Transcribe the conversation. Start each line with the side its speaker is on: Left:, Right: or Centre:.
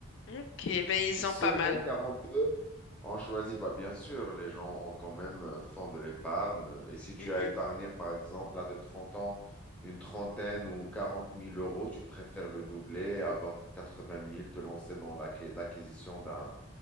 Left: Ok, ben ils
Centre: Et seulement
Left: ont pas mal.
Centre: quarante-deux On choisit, bah bien sûr, les gens ont quand même euh, font de l'épargne. Et si tu
Left: Mhm.
Centre: as épargné, par exemple, à tes 30 ans, une trentaine ou quarante mille euros, tu préfères le doubler et avoir quatre-vingt mille, te lancer dans l'acqui- l'acquisition d'un,